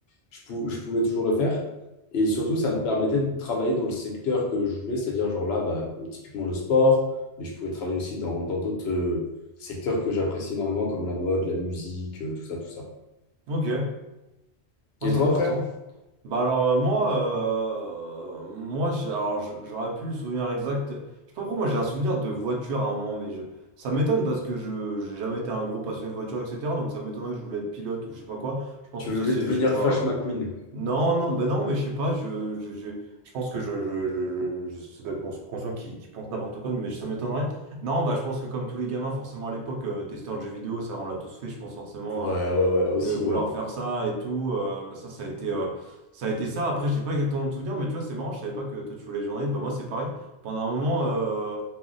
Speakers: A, on the left; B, on the right.
A: je, pou- je pouvais toujours le faire. Et surtout, ça me permettait de travailler dans le secteur que je voulais, c'est-à-dire, genre là, bah, typiquement le sport, mais je pouvais travailler aussi dans, dans d'autres euh, secteurs que j'apprécie énormément, comme la mode, la musique, euh, tout ça, tout ça.
B: Ok. Moi,
A: Et
B: c'est
A: toi,
B: intéressant.
A: frère,
B: Bah alors euh, moi, euh, moi je- alors, je- j'aurais pu le souvenir exact. Je sais pas pourquoi moi j'ai un souvenir de voiture à un moment, mais je, ça m'étonne parce que je j'ai jamais été un gros passionné de voiture, etc. Donc ça m'étonnerait que je voulais être pilote ou je sais pas quoi. Je pense
A: tu
B: que
A: voulais
B: ça c'est,
A: devenir
B: je sais pas.
A: Flash McQueen?
B: Non, non, ben non, mais je sais pas. Je, je, je, je pense que je, je, je, je, je- ça doit être mon subconscient qui, qui pense n'importe quoi, mais ça m'étonnerait. Non, bah je pense que comme tous les gamins, forcément à l'époque, euh, testeur de jeux vidéo, ça on l'a tous fait. Je pense forcément.
A: Ouais,
B: euh,
A: ouais, ouais, aussi,
B: de vouloir
A: ouais.
B: faire ça et tout. euh, ça, ça a été, euh, ça a été ça. Après, j'ai pas exactement de souvenir, mais tu vois, c'est marrant. Je savais pas que toi, tu voulais être journaliste. Bah, moi, c'est pareil. Pendant un moment, euh,